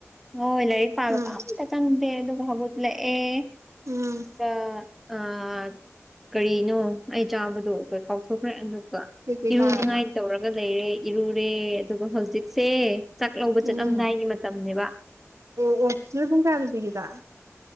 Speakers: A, in the centre; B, on the right (about 80°).
A: ꯍꯣꯏ ꯂꯥꯏꯔꯤꯛ ꯄꯥꯕ
B: ꯎꯝ
A: ꯄꯥ ꯑꯝ ꯇ ꯆꯪꯗꯦ ꯑꯗꯨꯒ ꯍꯧꯒꯠꯂꯛꯑꯦ
B: ꯎꯝ
A: ꯑꯗꯨꯒ ꯑꯥ ꯀꯔꯤꯅꯣ ꯑꯩ ꯆꯥꯕꯗꯣ ꯑꯩ ꯀꯥꯎꯊꯣꯛꯈ꯭ꯔꯦ ꯑꯗꯨꯒ
B: ꯀꯩꯀꯩ
A: ꯏꯔꯨꯅꯤꯡꯉꯥꯏ
B: ꯆꯥꯔꯕ
A: ꯇꯧꯔꯒ ꯂꯩꯔꯦ ꯏꯔꯨꯔꯦ ꯑꯗꯨꯒ ꯍꯧꯖꯤꯛ ꯁꯦ ꯆꯥꯛ ꯂꯧꯕ ꯆꯠꯂꯝꯗꯥꯏꯒꯤ
B: ꯎꯝ
A: ꯃꯇꯝꯅꯦꯕ
B: ꯑꯣ ꯑꯣ ꯅꯣꯏ ꯄꯨꯡ ꯀꯥꯌꯗ ꯄꯤꯒꯦ ꯆꯥꯛ